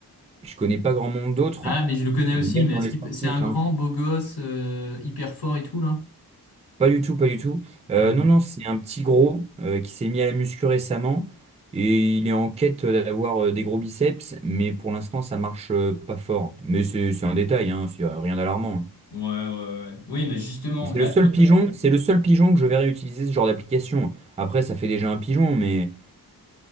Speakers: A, on the right (about 20°); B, on the left (about 75°).
A: je connais pas grand monde d'autres.
B: Ah, mais je le connais
A: Et
B: aussi,
A: même
B: mais
A: dans
B: est-ce
A: les
B: qu'il
A: sportifs,
B: peut- c'est un grand
A: hein,
B: beau gosse euh, hyper fort et tout là?
A: Pas du tout, pas du tout. Euh,
B: Ah, ok.
A: non,
B: Ouais,
A: non, c'est un petit gros euh, qui s'est mis à la muscu récemment et il est en quête d'avoir euh, des gros biceps, mais pour l'instant ça marche euh, pas fort. Mais c'est c'est un détail, hein, c'est euh, rien d'alarmant. hein.
B: ouais, ouais. Oui, mais justement,
A: Et C'est
B: là,
A: le seul
B: tu vois,
A: pigeon, c'est le seul pigeon que je verrai utiliser ce genre d'application. Après, ça fait déjà un pigeon, mais